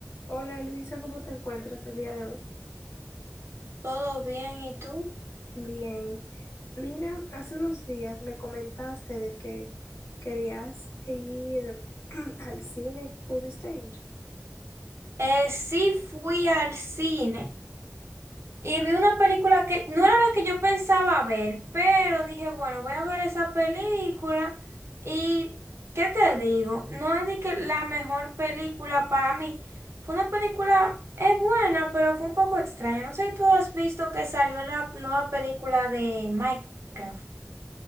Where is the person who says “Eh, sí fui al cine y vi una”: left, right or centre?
Right